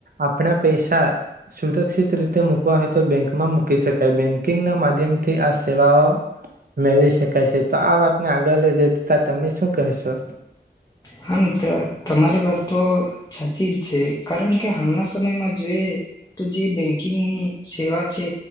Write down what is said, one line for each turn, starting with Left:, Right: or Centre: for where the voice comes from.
Right: આપણા પૈસા. સુરક્ષિત રીતે મૂકવા હોય તો, બેંકમાં મૂકી શકાય. બેંકિંગના માધ્યમથી આ સેવાઓ. મેળવી શકાય છે, તો આ વાતને આગળ લ જ જતા, તમે શું કહેશો?
Left: હા! મિત્ર તમારી વાત તો. સાાચી જ છે. કારણ કે હાલના સમયમાં જોએ. તો જે બેંકિંગની સેવા છે.